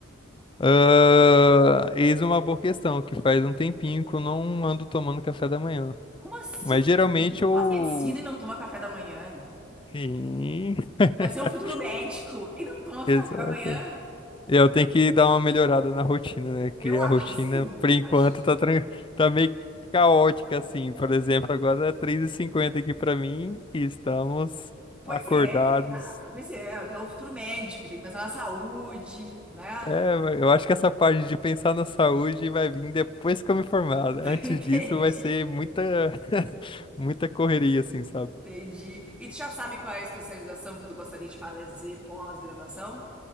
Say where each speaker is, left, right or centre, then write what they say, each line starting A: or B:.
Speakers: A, on the left (about 25°); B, in the centre.
A: Ah, eis uma boa questão, que faz um tempinho que eu não ando tomando café da manhã.
B: Como assim?
A: Mas geralmente eu.
B: Faz medicina e não toma café da manhã?
A: Sim. <laughs>
B: Vai ser um futuro médico e não toma café
A: Exato.
B: da manhã?
A: Eu tenho que dar uma melhorada na rotina, né? Que
B: Eu
A: a
B: acho
A: rotina,
B: sim.
A: por enquanto,
B: Acho.
A: tá, tran- tá meio caótica, assim. Por exemplo, agora é três e cinquenta aqui pra mim e estamos
B: Pois
A: acordados.
B: é, cara. Pois é, até o futuro médico. Tem que pensar na saúde, né?
A: É, eu acho que essa parte de pensar na saúde vai vir depois que eu me formar. né?
B: <laughs>
A: Antes
B: Entendi,
A: disso, vai ser muita, <laughs> muita correria, assim, sabe?
B: entendi. E tu já sabe qual é a especialização que tu gostaria de fazer pós-graduação?